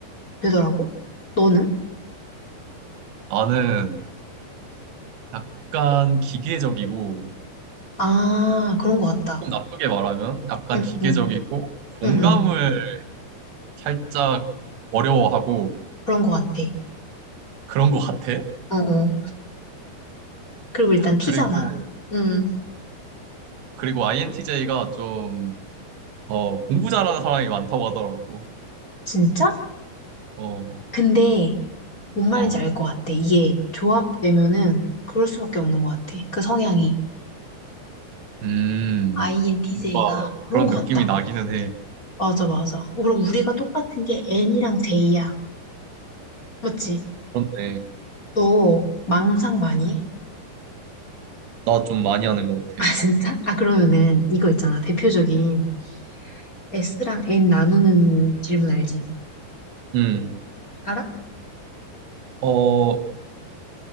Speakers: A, on the left; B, on the right.
A: 되더라고. 너는?
B: 나는 약간 기계적이고,
A: 아, 그런 거 같다.
B: 조금 나쁘게 말하면 약간
A: 응,
B: 기계적이고,
A: 응.
B: 공감을
A: 응, 응.
B: 살짝 어려워하고
A: 그런 것 같아.
B: 그런 것 같아.
A: 어, 어. 그리고 일단 티잖아.
B: 그리고,
A: 응,
B: 그리고 INTJ가 좀 어, 공부 잘하는 사람이 많다고 하더라고.
A: 진짜?
B: 어,
A: 근데 뭔 말인지
B: 어.
A: 알 것 같아. 이게 조합되면은 그럴 수밖에 없는 것 같아. 그 성향이.
B: 음,
A: INTJ가
B: 뭔가 그런
A: 그런 것
B: 느낌이
A: 같다.
B: 나기는 해.
A: 맞아, 맞아. 어, 그럼 우리가 똑같은 게 N이랑 J야. 맞지?
B: 그런데,
A: 너 망상 많이 해?
B: 나 좀 많이 하는 것
A: <laughs>
B: 같아.
A: 아, 진짜? 아, 그러면은 이거 있잖아. 대표적인 S랑 N 나누는 질문 알지?
B: 음,
A: 알아?
B: 어,